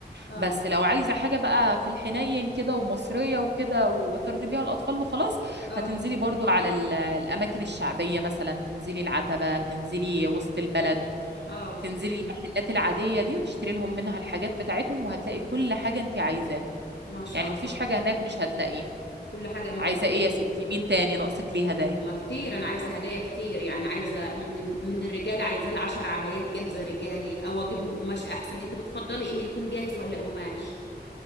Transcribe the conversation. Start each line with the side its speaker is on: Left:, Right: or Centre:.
Left: اه
Right: بس لو عايزة حاجة بقى في الحنين كده ومصرية وكده وترضي بيها الأطفال وخلاص
Left: اه
Right: هتنزلي برضو على ال- الأماكن الشعبية مثلا تنزلي العتبة تنزلي وسط البلد
Left: اه
Right: تنزلي المحلات العادية دي وتشتري لهم منها الحاجات بتاعتهم وهتلاقي كل حاجة انت عايزاها
Left: ما شاء
Right: يعني مفيش
Left: الله طب
Right: حاجة هناك مش هتلاقيها
Left: كل حاجة موجودة
Right: عايزة ايه يا ستي
Left: يعني.
Right: مين تاني ناقصك ليه هدايا
Left: والله كتير أنا عايزة هدايا كتير يعني عايزة من ال... من الرجال عايزة العشر عبايات جاهزة رجالي أو أجيبهم قماش أحسن أنت بتفضلي إنه يكون جاهز ولا قماش